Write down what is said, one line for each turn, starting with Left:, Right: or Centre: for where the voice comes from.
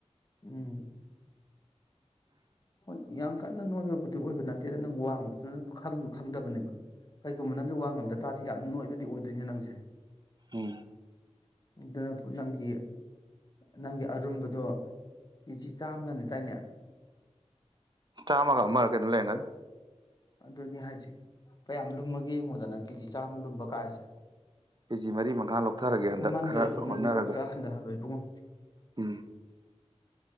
Left: ꯎꯝ ꯍꯣꯢ ꯌꯥꯝ ꯀꯟꯅ ꯅꯣꯏꯕꯕꯨꯗꯤ ꯑꯣꯏꯕ ꯅꯠꯇꯦꯗ ꯅꯪ ꯋꯥꯡꯕꯗꯨꯅ ꯅꯪ ꯈꯪꯕꯁꯨ ꯈꯪꯗꯕꯅꯦꯕ ꯀꯩꯒꯨꯝꯕ ꯅꯪꯁꯦ ꯋꯥꯡꯉꯝꯗ ꯇꯥꯗꯤ ꯌꯥꯝ ꯅꯣꯏꯕꯗꯤ ꯑꯣꯏꯗꯣꯏꯅꯦ ꯅꯪꯁꯦ
Right: ꯎꯝ
Left: ꯑꯗꯨꯅ ꯄꯨ ꯅꯪꯒꯤ ꯅꯪꯒꯤ ꯑꯔꯨꯝꯕꯗꯣ ꯀꯦꯖꯤ ꯆꯥꯝꯃꯅꯦꯗꯥꯏꯅꯦ
Right: ꯆꯥꯝꯃꯒ ꯑꯃ ꯀꯩꯅꯣ ꯂꯩꯔꯝꯒꯅꯤ
Left: ꯑꯗꯨꯅꯤ ꯍꯥꯏꯁꯦ ꯀꯌꯥꯝ ꯂꯨꯝꯃꯒꯦ ꯌꯦꯡꯉꯣꯗꯅ ꯀꯦꯖꯤ ꯆꯥꯝꯃ ꯂꯨꯝꯕ ꯀꯥꯢꯁꯦ꯫
Right: ꯀꯦꯖꯤ ꯃꯔꯤ ꯃꯉꯥ ꯂꯧꯊꯔꯒꯦ ꯍꯟꯗꯛ
Left: ꯂꯨꯝꯃꯟꯈꯔꯦꯀꯣ
Right: ꯈꯔ ꯍꯣꯠꯅꯔꯒ
Left: ꯅꯣꯏꯒꯤꯗꯣ ꯈꯔ ꯍꯟꯊꯍꯜꯂꯣꯏ ꯏꯕꯨꯡꯉꯣ
Right: ꯎꯝ